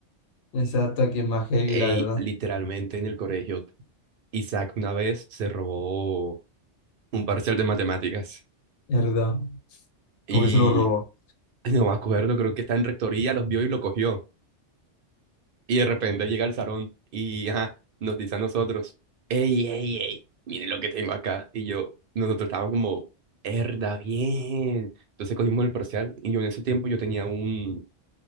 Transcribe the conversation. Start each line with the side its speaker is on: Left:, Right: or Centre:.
Left: Exacto, aquí es más heavy,
Right: Ey,
Left: la verdad.
Right: literalmente en el colegio, Isaac una vez se robó un parcial de matemáticas
Left: Es verdad.
Right: y
Left: Como que se lo robó.
Right: no me acuerdo, creo que está en rectoría, los vio y lo cogió. Y de repente llega al salón y ajá, nos dice a nosotros, ey, ey, ey, miren lo que tengo acá. Y yo, nosotros estábamos como, herda, bien. Entonces cogimos el parcial y yo en ese tiempo yo tenía un,